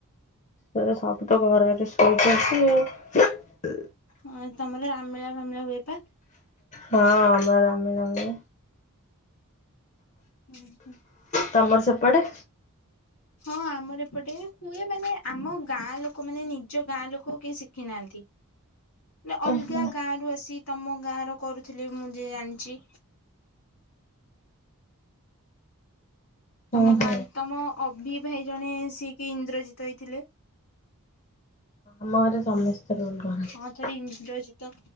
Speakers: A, on the left; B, on the left.
A: ସେ ସବୁ ତ ଘରେ ହେଲେ ଶୋଇଛନ୍ତି ଆଉ।
B: ହଁ ତମର ଆମିଳା ଫାମିଳା ହୁଏ ପା।
A: ହଁ ଆମର ଆମିଳା ହୁଏ।
B: ହୁଁ ହୁଁ।
A: ତମର ସେପଟେ?
B: ହ ହଁ ଆମର ଏପଟେ ହୁଏ। ମାନେ ଆମ ଗାଁ ଲୋକ, ମାନେ ନିଜ ଗାଁ ଲୋକ କେହି ଶିଖି ନାହାନ୍ତି। ନା
A: ଉଁ
B: ଅଲଗା
A: ହୁଁ
B: ଗାଁ ରୁ ଆସି, ତମ ଗାଁ ର କରୁଥିଲେ ମୁଁ ଯେ ଜାଣିଛି।
A: ହୁଁ
B: ତମ ଗାଁ
A: ହୁଁ।
B: ତମ ଅଭି ଭାଇ ଜଣେ ସିଏ କିି ଇନ୍ଦ୍ରଜିତ ହେଇଥିଲେ।
A: ଆମ ଘରେ ସମସ୍ତେ। ରୋଲ କରନ୍ତି।
B: ହଁ ଥରେ ଇନ୍ଦ୍ରଜିତ